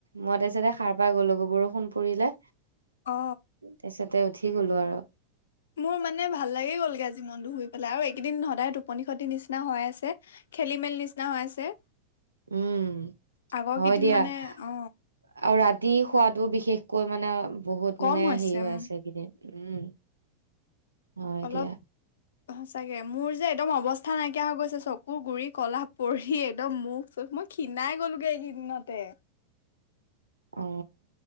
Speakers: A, on the right; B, on the left.
A: মই তাৰ পাছতে সাৰ পাই গ'লো গে বৰষুণ পৰিলে
B: ও
A: তাৰিছতে উঠি গলো আৰু
B: মোৰ মানে ভাল লাগি গ'লগে আজি মনটো শুই পেলাই আৰু এইকেইদিন সদায় টোপনি খতি নিচিনা হৈ আছে খেলি মেলি নিচিনা হৈ আছে
A: উম
B: আগৰ
A: হয়
B: কেইদিন
A: দিয়া
B: মানে
A: আৰু
B: অ
A: ৰা তি খোৱাটো বিশেষকৈ মানে বহুত
B: কম
A: মানে
B: হৈছে
A: হেৰি হৈ
B: উম
A: আছে এইকেইদিন উম হয়
B: অলপ
A: দিয়া
B: সচাকে মোৰ যে একদম অৱস্থা কা নাইকিয়া হৈ গৈছে চকু গুৰি কলা পৰি একদম মুখ চখ মই ক্ষিণাই গ'লোগে এইকেইদিনতে
A: অ